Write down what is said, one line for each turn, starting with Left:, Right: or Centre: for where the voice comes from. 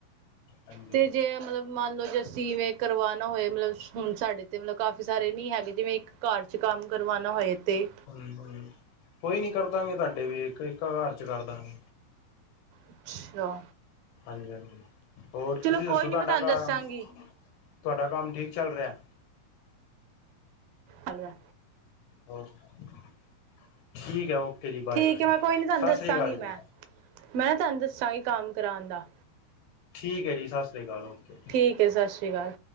Left: ਹਾਂਜੀ
Right: ਤੇ ਜੇ ਮਤਲਬ ਮੰਨ ਲੋ, ਜੇ ਅਸੀ ਵੇਂ ਕਰਵਾਣਾ ਹੋਏ ਮਤਲਬ ਹੁਣ ਸਾਡੇ ਤੇ ਮਤਲਬ ਕਾਫੀ ਸਾਰੇ ਨੀ ਹੈਗੇ ਜਿਵੇਂ ਇੱਕ ਘਰ ਚ ਕੰਮ ਕਰਵਾਣਾ ਹੋਏ ਅਤੇ
Left: ਹੂੰ-ਹੂੰ ਕੋਈ ਨੀ ਕਰਦਾਂਗੇ। ਤੁਹਾਡੇ ਵੀ ਇੱਕ-ਇੱਕ ਘਰ ਚ ਕਰਦਾਂਗੇ।
Right: ਅੱਛਾ।
Left: ਹਾਂਜੀ-ਹਾਂਜੀ ਹੋਰ
Right: ਚਲੋ
Left: ਤੁਸੀਂ
Right: ਕੋਈ
Left: ਦੱਸੋ
Right: ਨੀ
Left: ਤੁਆਡਾ
Right: ਮੈਂ ਤੁਹਾਨੂੰ
Left: ਕੰਮ
Right: ਦੱਸਾਂਗੀ
Left: ਤੁਹਾਡਾ ਕੰਮ ਠੀਕ ਚੱਲ ਰਿਆ।
Right: ਆਹ ਲੈ।
Left: <unintelligible> ਠੀਕ ਹੈ ਓਕੇ ਜੀ ਬਾਏ
Right: ਠੀਕ ਐ ਮੈਂ ਕੋਈ
Left: ਬਾਏ
Right: ਨੀ ਤੁਹਾਨੂੰ
Left: ਸਤਿ
Right: ਦੱਸਾਂਗੀ
Left: ਸ੍ਰੀ ਅਕਾਲ ਜੀ
Right: ਮੈਂ ਮੈਂ ਤੁਆਨੂੰ ਦੱਸਾਂਗੀ ਕੰਮ ਕਰਾਣ ਦਾ
Left: ਠੀਕ ਹੈ ਜੀ ਸਤਿ ਸ੍ਰੀ ਅਕਾਲ ਓਕੇ।
Right: ਠੀਕ ਸਤਿ ਸ੍ਰੀ ਅਕਾਲ।